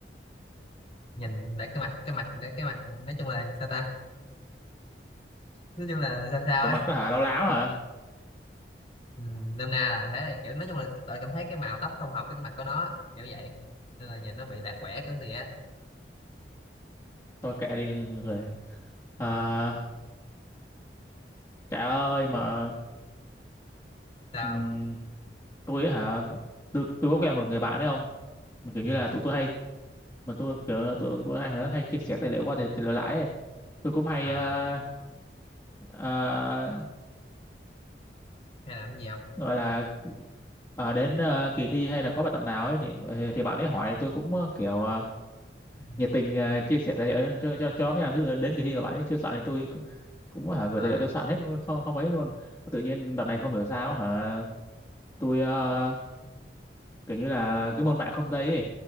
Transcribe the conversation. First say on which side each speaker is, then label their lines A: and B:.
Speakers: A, on the left; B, on the left.
A: Nhìn lại cái mặt cái mặt lại cái mặt nói chung là sao ta? Nói chung là sao sao
B: cái
A: á.
B: mặt nó hả láo láo hả
A: Ừ. Nôm na là thế này kiểu nói chung là tôi cảm thấy cái màu tóc không hợp với cái mặt của nó kiểu vậy. Nên là nhìn nó bị lạc quẻ cái gì á.
B: tôi kệ đi người à, trời ơi mà
A: Sao?
B: ừm, tôi ấy hả tôi, tôi có quen một người bạn đấy không Mà kiểu
A: Ừ.
B: như là tụi tôi hay mà tôi kiểu tụi tôi hay hồi đó hay chia sẻ tài liệu qua tài, tài liệu lãi ấy. tôi cũng hay
A: Ờ,
B: ờ, ờ,
A: hay làm gì không?
B: gọi là ờ, đến ờ, kỳ thi hay là có bài tập nào ấy thì thì bạn ấy hỏi tôi cũng ờ, kiểu ờ,
A: Ừ.
B: nhiệt tình ờ, chia sẻ tài liệu cho cho cho nhóm nha ví dụ đến kỳ thi mà bạn ấy chưa soạn thì tôi cũng cũng hả gửi
A: Ờ,
B: tài liệu tôi soạn hết không không ấy luôn tự nhiên đợt này không hiểu sao hả tôi ờ, kiểu như là cái môn mạng không dây ấy